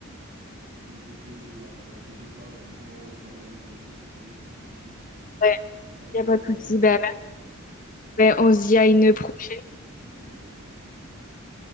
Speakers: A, on the right; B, on the left.
A: donc on peut, voilà, bah t'inquiète pas, on pourra en reparler à l'occasion si tu veux, y a pas de souci.
B: Ouais,
A: Euh,
B: y a pas de souci.
A: voilà.
B: Ben,
A: Allez,
B: ben, on se dit à une prochaine.
A: allez, ça va. À plus.